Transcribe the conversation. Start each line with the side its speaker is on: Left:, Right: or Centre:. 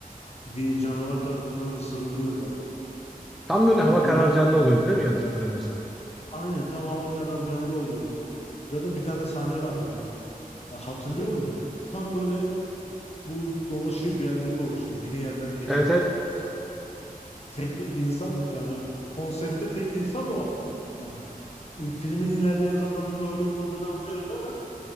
Left: bir canavar tarafından ısırılıyor zaten.
Centre: Tam böyle
Left: Bir
Centre: hava
Left: tane
Centre: kararacağında oluyordu değil mi? Yanlış hatırlamıyorsam.
Left: aynen tam hava kararacağında oluyor böyle. Zaten bir tane sahne var böyle. E, hatırlıyor musun? Tam böyle bu dolaşıyor bir yerleri dolaşıyor. Yeni yerler keşfediyor
Centre: Evet evet.
Left: yani zaten. Tek insan yani konsepte tek insan o. Yani e, filmin ilerleyen zamanında öyle olmadığını anlıyoruz ama